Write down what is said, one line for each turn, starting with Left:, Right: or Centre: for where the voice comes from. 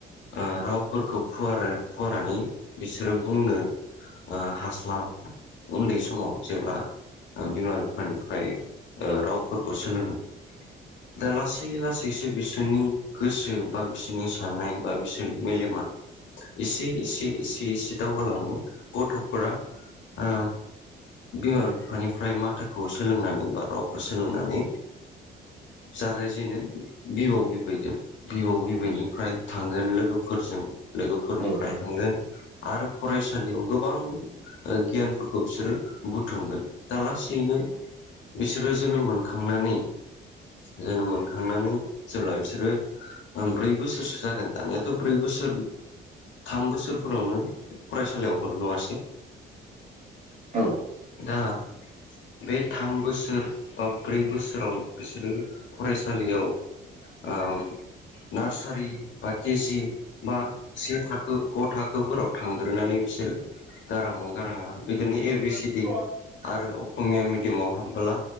Left: ओ रावफोरखौ फुवार फुवारनानै बिसोरो बुंनो ओ हास्लाबा उन्दै समाव जेब्ला ओ बिमा बिफानिफ्राय ओ रावफोरखौ सोलोङो दा ला सैसो बिसोरनि गोसो बा बिसोरनि साननाय बा बिसोरनि मेलेमा एसे एसे एसे एसे दावगालाङो गथ'फोरा ओ बिमा बिफानिफ्राय माथोखौ सोलोंनानै बा रावखौ सोलोंनानै जागायजेनो बिबौ बिबैदों बिबौ बिबैनिफ्राय
Right: उम
Left: थांगोन लोगोफोरजों लोगोफोरनिफ्राय
Right: औ नंगौ
Left: थांगोन आरो फरायसालियाव गोबां ओ गियानफोरखौ बिसोरो बुथुमगोन दा लासै नों बिसोरो जोनोम मोनखांनानै जोनोम मोन थांनानै जेब्ला बिसोरो ओ ब्रै बोसोरसो जागोन दानियाथ' ब्रै बोसोर थाम बोसोरफोरावनो फरायसालियाव हरो नङासै?
Right: औ
Left: दा बे थाम बोसोर बा ब्रै बोसोराव बिसोरो फरायसालियाव ओ नार्सारि बा केजि बा से थाखो ग थाखोफोराव थांग्रोनानै बिसोरो गाराङाव गाराङा बेदिनो ए बि
Right: <inaudible>
Left: सि डि आरो असमिया मिडियामाव हाबबोला